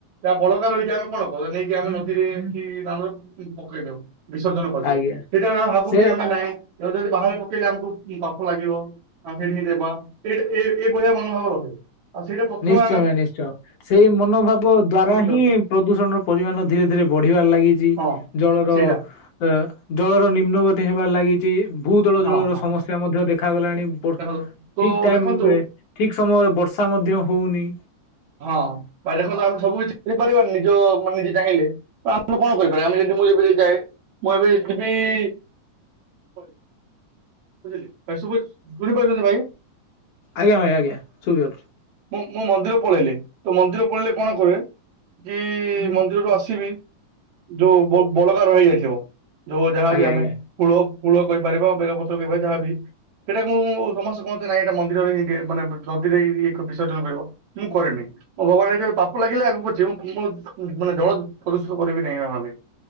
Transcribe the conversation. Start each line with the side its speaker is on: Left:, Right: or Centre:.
Right: ଯାହା ବଳକା ରହିଛି ଆମେ କଣ କହୁ ନେଇକି ଆମେ ନଦୀରେ ଏମିତି ବାୱାତା ପକେଇ ଦଉ ବିସର୍ଜନ କରିଦଉ
Left: ଆଜ୍ଞା
Right: ସେଟା ଆମେ ଭାବୁକି
Left: ସେ
Right: ଆମେ ନାହିଁ ଏ ଯଦି ବାହାରେ ପକେଇଲେ ଆମକୁ ପାପ ଲାଗିବ ଆଖେ ଦେବା ଏଇ ଏଇଭଳିଆ ମନୋଭାବ ରହା ଆଉ ସେଇଟା ପଥର
Left: ନିଶ୍ଚୟ
Right: ଆ
Left: ନିଶ୍ଚୟ ସେଇ ମନୋଭାବ ଦ୍ଵାରା ହିଁ
Right: ଯାଉ
Left: ପ୍ରଦୂଷଣର ପରିମାଣ ଧୀରେ ଧୀରେ ବଢିବାରେ ଲାଗିଛି
Right: ହଁ
Left: ଜଳର
Right: ସେଇଟା
Left: ଅ ଜଳର ନିମ୍ନଗତି ହେବ ଲାଗି ଚି ଭୂତଳ
Right: ହଁ
Left: ଜଳର
Right: ହଁ
Left: ସମସ୍ୟା ମଧ୍ୟ ଦେଖାଗଲାଣି ଠିକ
Right: ଦେଖନ୍ତୁ ତ
Left: ଟାଇମରେ
Right: ଦେଖନ୍ତୁ
Left: ଠିକ ସମୟରେ ବର୍ଷା ମଧ୍ୟ ହଉନି
Right: ହଁ ବା ଦେଖନ୍ତୁ ଆମେ ସବୁ କିଛି କରିପାରିବାାନ ନିଜ ମାନେ ନିଜେ ଚାହିଁଲେ ଆମେ କଣ କରିପାରିବା ଆମେ ଯଦି ମୁଁ ଏବେ ଯାଏ ମୁଁ ଏବେ ଯିବିଣିବ ବୁଝିଲେ <unintelligible> ପାରୁଛନ୍ତି ଭାଇ
Left: ଆଜ୍ଞା ଭାଇ ଆଜ୍ଞା ଶୁବିବ ଏଥର
Right: ମୁଁ ମୁଁ ମନ୍ଦିର ପଳେଇଲେ ତ ମନ୍ଦିର ପଳେଇଲେ କଣ କରେ କି ମନ୍ଦିରରୁ ଆସିବି ଯୋଉ ବ ବଳକାର ର ହିଁଯାଇଥିବ ଯୋଉ ଯାହାବି
Left: ଆଜ୍ଞା
Right: ଆମେ
Left: ଆଜ୍ଞା
Right: ଫୁଳ ଫୁଳ କହିପାରିବା ବେଲ ପତ୍ର ଯାହାବି ସେଇଟା ମୁଁ ସମସ୍ତେ କହନ୍ତି ନାଇଁ ଏଇଟା ମନ୍ଦିରରେ ମାନେ ନଦୀରେ ଏକ ବିର୍ଜ ମୁଁ କରେନି ମୋ ଭଗବାନ ଯଦିପାପ ଲାଗିଲେ ଆଗକୁଛି ମୁଁ ମୁଁ ମାନେ ଜଳ ପ୍ରଦୂଷଣ କରିବି ସେଇ ମାମଲି